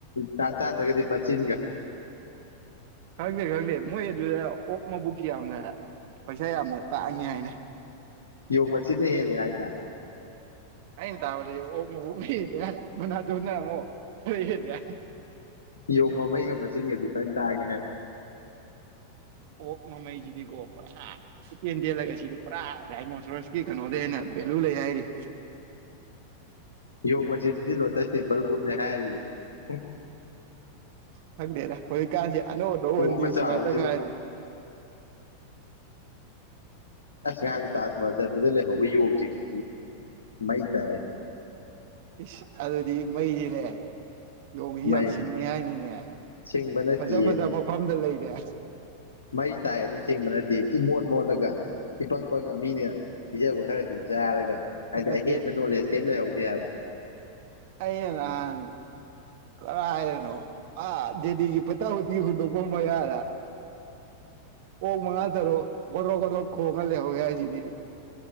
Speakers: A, on the left; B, on the right.
A: ꯇꯥꯟ ꯆꯥꯗ꯭ꯔꯒꯗꯤ ꯃꯆꯤꯟꯒ
B: ꯈꯪꯗꯦ ꯈꯪꯗꯦ ꯃꯣꯏ ꯑꯗꯨꯗ ꯑꯣꯛ ꯃꯕꯨꯛꯖꯤ ꯌꯥꯝꯅ ꯄꯩꯁꯥ ꯌꯥꯝꯅ ꯇꯥꯛꯉꯤ ꯍꯥꯏꯅꯦ
A: ꯌꯣꯡ ꯃꯆꯤꯟꯅ ꯍꯦꯜꯂꯤ ꯍꯥꯏꯗ
B: ꯑꯩꯅ ꯇꯥꯕꯗꯗꯤ ꯑꯣꯛ ꯃꯕꯨꯛꯅ ꯍꯦꯜꯂꯤ ꯍꯥꯏ ꯃꯅꯥꯇꯣꯟꯅ ꯑꯃꯨꯛ ꯈꯔ ꯍꯦꯜꯂꯦ ꯍꯥꯏ
A: ꯌꯣꯡ ꯃꯃꯩꯒ ꯃꯆꯤꯟꯒꯗꯤ ꯂꯣꯏ ꯇꯥꯡꯉꯦ ꯍꯥꯏ
B: ꯑꯣꯛ ꯃꯃꯩꯖꯤꯗꯤꯀꯣ ꯄꯨꯔꯥ ꯏꯇꯦꯟ ꯇꯦꯜꯂꯒ ꯁꯤꯗꯤ ꯄꯨꯔꯥ ꯔꯥꯏꯅꯣꯁꯣꯔꯁꯀꯤ ꯀꯩꯅꯣꯗꯒꯤ ꯍꯦꯟꯅ ꯚꯦꯂꯨ ꯂꯩ ꯍꯥꯏꯔꯤ
A: ꯌꯣꯡ ꯃꯆꯤꯟꯖꯤ ꯗꯤ ꯂꯣꯇꯁ ꯇꯦꯝꯄꯜꯒꯨꯝꯅꯦ ꯍꯥꯏꯔꯤꯌꯦ ꯍꯝ
B: ꯈꯪꯗꯦꯗꯥ ꯍꯧꯖꯤꯛꯀꯥꯟꯖꯦ ꯑꯅꯧ ꯑꯅꯧꯕ
A: ꯄꯣꯝꯃ
B: ꯅ꯭ꯌꯨꯁ
A: ꯆꯥꯎꯕꯁꯤꯗ
B: ꯉꯥꯛꯇ ꯉꯥꯏꯔꯦ
A: ꯑꯁ ꯉꯍꯥꯟ ꯇꯥꯖ ꯃꯍꯜ ꯆꯠꯄꯗ ꯂꯩꯍꯧꯕ ꯌꯣꯡꯖꯤꯡꯗꯨꯗꯤ ꯃꯩ ꯇꯥꯏ
B: ꯏꯁ ꯑꯗꯨꯗꯤ ꯃꯩꯅꯤꯅꯦ ꯌꯣꯡꯖꯤ
A: ꯃꯩ
B: ꯌꯥꯝ ꯁꯤꯡꯉꯦ ꯍꯥꯏꯅꯤꯅꯦ
A: ꯁꯤꯡꯕ ꯅꯠꯇꯤꯌꯦ
B: ꯐꯖ ꯐꯖꯕ ꯃꯐꯝꯗ ꯂꯩ ꯌꯥꯏ
A: ꯃꯩ ꯇꯥꯏꯑꯦꯗꯤ ꯁꯤꯡꯕ ꯅꯠꯇꯦ ꯏ ꯃꯣꯠ ꯃꯣꯠꯂꯒ ꯏꯄꯪ ꯄꯪ ꯃꯤꯅꯒ ꯄꯤꯖꯕ ꯈꯔ ꯑꯗꯨ ꯆꯥ ꯔꯒ ꯍꯥꯏꯗꯤ
B: ꯅꯠꯇꯦ
A: ꯑꯍꯦꯟꯕ ꯀ꯭ꯅꯣꯂꯦꯗ꯭ꯖ ꯀꯩꯝ ꯂꯩꯍꯧ <unintelligible>
B: ꯑꯩꯅ ꯅꯍꯥꯟ ꯀꯔꯥꯏꯗꯅꯣ ꯑꯥ ꯗꯦꯜꯂꯤꯒꯤ ꯐꯠꯇ ꯍꯥꯎꯇꯤ ꯍꯨꯟꯗꯣꯛꯐꯝ ꯃꯌꯥꯗ ꯑꯣꯛ ꯃꯉꯥ ꯇꯔꯨꯛ ꯘꯣꯗ꯭ꯔꯣꯛ ꯘꯣꯗ꯭ꯔꯣꯛ ꯈꯣꯡꯒ ꯂꯩꯍꯧꯋꯦ ꯍꯥꯏꯁꯤꯗꯤ